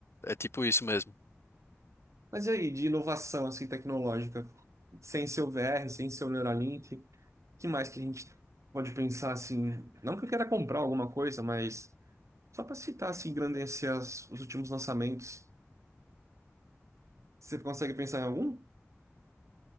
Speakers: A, on the left; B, on the right.
A: é tipo isso mesmo.
B: Mas e aí, de inovação, assim, tecnológica? Sem seu VR, sem seu Neuralink. que mais que a gente pode pensar, assim... Não que eu queira comprar alguma coisa, mas... Só para citar, assim, engrandecer as- os últimos lançamentos. Você consegue pensar em algum?